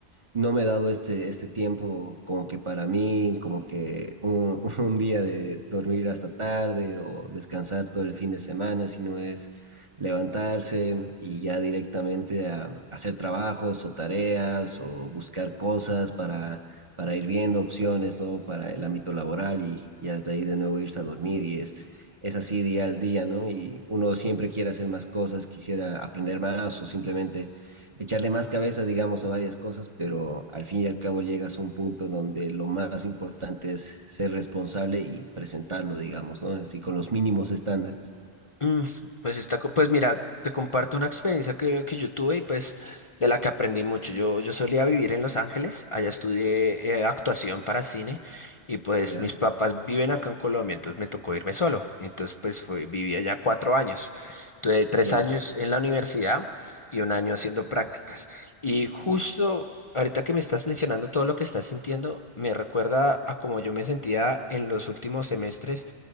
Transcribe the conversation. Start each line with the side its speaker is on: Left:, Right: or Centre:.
Right: no me he dado este, este tiempo como que para mí, como que un, <laughs> un día de dormir hasta tarde o descansar todo el fin de semana, sino es levantarse y ya directamente a, hacer trabajos o tareas o buscar cosas para, para ir viendo opciones, ¿no? Para el ámbito laboral y ya desde ahí de nuevo irse a dormir y es es así día al día, ¿no? Y uno siempre quiere hacer más cosas, quisiera aprender más o simplemente echarle más cabeza, digamos, a varias cosas, pero al fin y al cabo llegas a un punto donde lo más importante es ser responsable y presentarlo, digamos, ¿no? Así con los mínimos estándares.
Left: Mm, Pues está, co- pues mira, te comparto una experiencia que, que yo tuve y pues de la que aprendí mucho. Yo, yo solía vivir en Los Ángeles, allá estudié eh, actuación para cine y pues
Right: Ya,
Left: mis papás viven acá en Colombia, entonces me tocó irme solo. Entonces pues fue, viví allá cuatro años. Tuve tres
Right: wow,
Left: años en la universidad y un año haciendo prácticas. Y justo ahorita que me estás mencionando todo lo que estás sintiendo, me recuerda a cómo yo me sentía en los últimos semestres